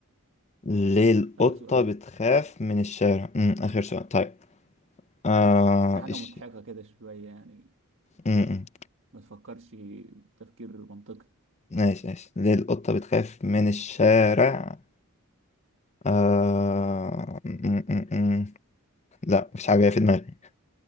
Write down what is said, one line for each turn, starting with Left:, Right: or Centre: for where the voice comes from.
Left: ليه القطه
Right: آخر سؤال
Left: بتخاف من الشارع م، اخر سؤال طيب آه
Right: ده حاجة
Left: إيش
Right: مضحكة كده شوية يعني
Left: م- م.
Right: ما تفكرش تفكير منطقي
Left: ماشي ماشي ليه القطة بتخاف من الشارع آه... م- م- م. لا مش عارف في دماغي